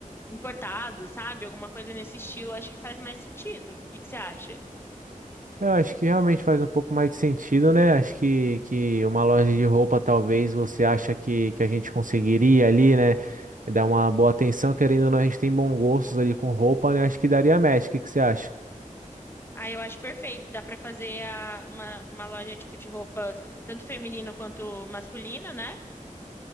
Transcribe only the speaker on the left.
importado, sabe? Alguma coisa nesse estilo, acho que faz mais sentido. O que que você acha?
Ah, eu acho perfeito. Dá pra fazer a- uma, uma loja tipo de roupas, tanto feminina quanto masculina, né?